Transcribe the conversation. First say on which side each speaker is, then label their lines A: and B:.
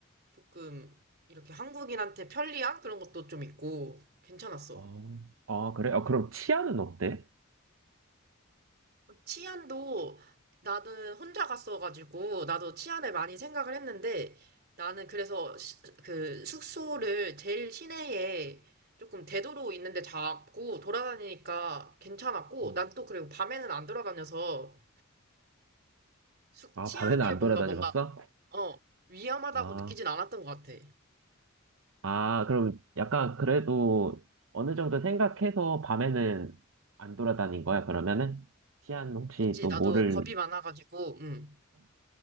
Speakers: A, on the right; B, on the right.
A: 조금 이렇게 한국인한테 편리한 그런 것도 좀 있고 괜찮았어.
B: 어. 아, 그래? 아, 그럼 치아는 어때?
A: 치안도 나는 혼자 갔어가지고 나도 치안에 많이 생각을 했는데 나는 그래서 시- 그 숙소를 제일 시내에 조금 대도로 있는데 잡고 돌아다니니까 괜찮았고
B: 음.
A: 난 또 그리고 밤에는 안 돌아다녀서 숙
B: 아,
A: 치안일
B: 밤에는 안
A: 뭔가
B: 돌아다녀봤어?
A: 뭔가 어 위험하다고
B: 아,
A: 느끼진 않았던 것 같아.
B: 아, 그럼 약간 그래도 어느 정도 생각해서 밤에는 안 돌아다닌 거야, 그러면은? 치안 혹시
A: 그치
B: 또
A: 나도
B: 뭐를,
A: 겁이 많아가지고 음.